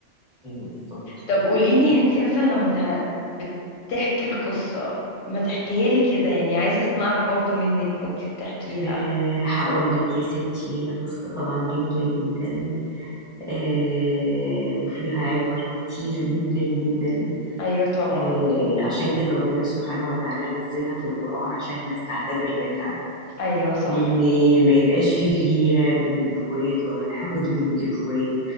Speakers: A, in the centre; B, on the left.
A: أيوه بالظبط
B: طب قوليلي أنتي مثلا لما تح- بتحكي القصة ما تحكيها لي كده يعني عايزة أسمعها برضو منك وأنتي بتحكيها
A: أه هقول لك يا ستي هي قصة طبعا جميلة جدا أه وفيها عبر كتيرة جدا جدا
B: أيوة طبعا
A: أه عشان كده ربنا سبحانه وتعالى نزلها في القرآن عشان الناس تعتبر منها
B: أيوة صح
A: وان ما يبقاش فيه الغيرة بين الاخوات ولا الحقد بين الاخوات